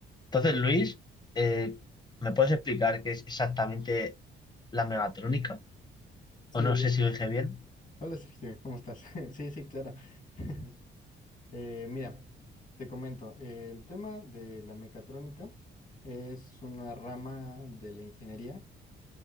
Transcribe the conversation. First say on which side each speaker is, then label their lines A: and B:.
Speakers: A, on the left; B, on the left.
A: Entonces, Luis, eh, ¿me puedes explicar qué es exactamente la megatrónica?
B: Sí,
A: O no sé si lo dije bien.
B: hola Sergio, ¿cómo estás? <laughs> Sí, sí, claro. <laughs> Eh, mira, te comento, eh, el tema de la mecatrónica es una rama de la ingeniería